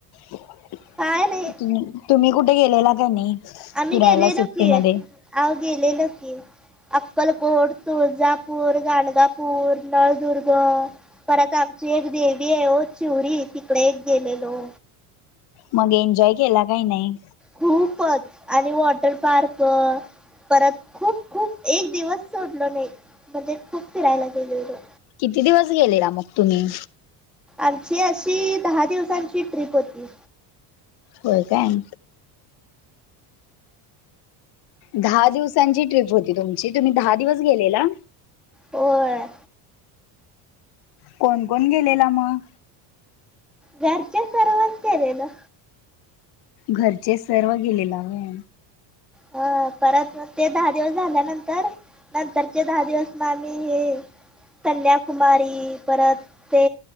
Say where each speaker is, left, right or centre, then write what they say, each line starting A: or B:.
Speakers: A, on the left; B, in the centre.
A: तुम्ही
B: काय नाही
A: तुम्ही कुठे गेलेला का नाही?
B: आम्ही
A: फिरायला
B: गेलेलो
A: सुट्टीमध्ये.
B: की आव गेलेलो की अक्कलकोट तुळजा पूर, गाणगापूर, नळदुर्ग. अ परत आमची एक देवी आहे ओ चिवरी तिकडं एक गेलेलो.
A: मग एन्जॉय केला काय नाही.
B: खूपच आणि वॉटर पार्क परत खूप खूप एक दिवस सोडलो नाही म्हणजे खूप फिरायला गेलेलो.
A: किती दिवस गेलेला मग तुम्ही?
B: आमची अशी दहा दिवसांची ट्रिप होती.
A: होय काय. दहा दिवसांची ट्रिप होती तुमची तुम्ही दहा दिवस गेलेला?
B: होय.
A: कोण कोण गेलेला मग?
B: घरचे सर्वच गेलेलो.
A: घरचे सर्व गेलेला वय.
B: अ परत ते दहा दिवस झाल्यानंतर नंतरचे दहा दिवस मग आम्ही हे कन्याकुमारी परत ते